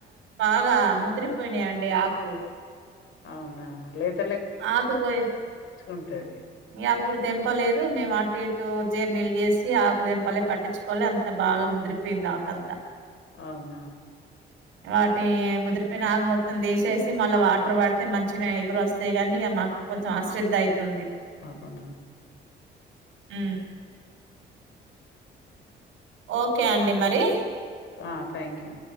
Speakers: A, on the right; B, on the left.
A: బాగా ముదిరిపోయినా అండి ఆకు
B: అవునా లేద్
A: ఆకుగోయ
B: ఉంటది
A: మీ అప్పుడు తెంపలేదు మేము అటు ఇటు జీర్నీీళ్ళు చేసి ఆకుదిేంపలే పట్టించుకోలే అంత బాగా ముదిరిపోయింది ఆకంతా
B: అవునా
A: వాటి ముదిరిపోయిన ఆగ మొత్తం తీసేసి మళ్ళా వాటర్ పడితే మంచిిన ఎగురు వస్తంది చేయగాని ఇక మాకు కొంచెం అశ్రద్ధ అవుతుంది
B: అవునా
A: ఊ ఓకే అండి మరి
B: ఆ థ్యాంక్ యూ